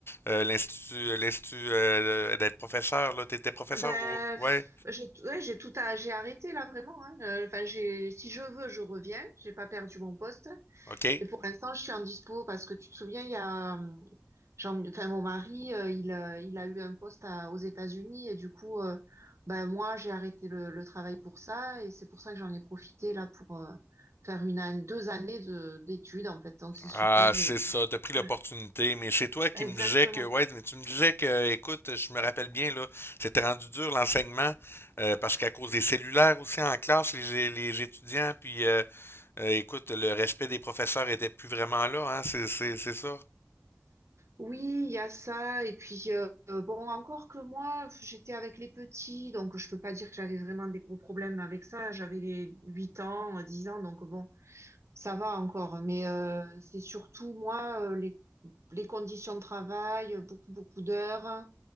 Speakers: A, on the left; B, on the right.
A: euh, l'institut, l'institut euh, d'être professeur, là? T'étais professeur
B: Ben,
A: au. Ouais.
B: pff, j'ai t- ouais, j'ai tout à, j'ai arrêté là vraiment. hein. Euh, Enfin, j'ai, si je veux, je reviens. J'ai pas perdu mon poste,
A: OK.
B: mais pour l'instant, je suis en dispo parce que tu te souviens, il y a, euh, Jean, enfin, mon mari, euh, il, euh, il a eu un poste à- aux États-Unis et du coup, euh, ben moi, j'ai arrêté le, le travail pour ça et c'est pour ça que j'en ai profité là pour euh, faire une an- deux années de d'études en fait. Donc c'est super.
A: Ah, c'est
B: J'ai...
A: ça, t'as pris l'opportunité,
B: Ouais,
A: mais c'est toi qui
B: exactement.
A: me disais que, ouais, mais tu me disais que, écoute, je me rappelle bien, là, c'était rendu dur l'enseignement, euh, parce qu'à cause des cellulaires aussi en classe, les, les étudiants, puis euh, Euh, écoute, le respect des professeurs était plus vraiment là, hein, c'est, c'est, c'est ça.
B: Oui, il y a ça. Et puis, euh, bon, encore que moi, j'étais avec les petits, donc je peux pas dire que j'avais vraiment des gros problèmes avec ça. J'avais les 8 ans, euh, 10 ans, donc bon, ça va encore. Mais euh, c'est surtout, moi, euh, les, les conditions de travail, euh, beaucoup, beaucoup d'heures,